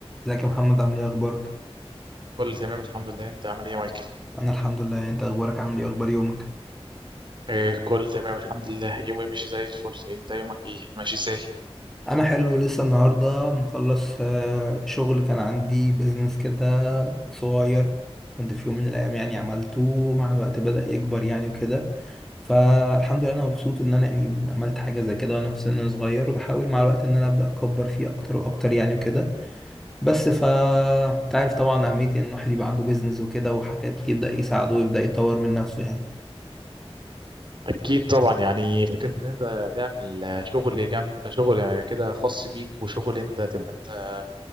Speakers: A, in the centre; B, on the right (about 50°).
A: ازيك يا محمد عامل ايه اخبارك
B: كله تمام الحمد لله انت عامل ايه يا مايكل
A: انا الحمد لله يعني انت اخبارك عامل ايه اخبار يومك
B: إيه كله تمام الحمد لله يومي ماشي زي الفل انت يومك ايه ماشي ازاي
A: انا حلو لسه النهارده مخلص آه، شغل كان عندي بيزنس كده صغير كنت في يوم من الايام يعني عملته مع الوقت بدأ يكبر يعني وكده فالحمد لله انا مبسوط ان انا يعني عملت حاجه زي كده وانا في سن صغير وبحاول مع الوقت ان انا ابدا اكبر فيه اكتر واكتر يعني وكده بس ف تعرف طبعا اهميه ان الواحد يبقى عنده بيزنس وكده وحاجات يبدا يساعده ويبدا يطور من نفسه يعني
B: اكيد طبعا يعني فكره ان انت تعمل آه، شغل جنب شغل آه، كده خاص بيك وشغل انت تبقى انت